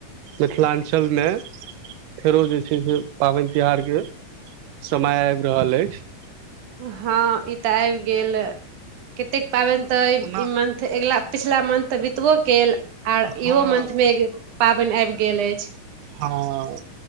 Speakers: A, on the right (about 85°); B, on the right (about 70°).
A: मिथिलाञ्चलमे फेरो जे छै से पाबनि त्यौहारके समय आबि रहल अछि।
B: ह इ त आबि गेल, कतेक पाबनि त
A: ओना
B: इ मंथ त अगिला पिछला मंथ त बीतबो कयल आ
A: हँ
B: इहो मंथ मे पाबैन आबि गेल अछि।
A: हां।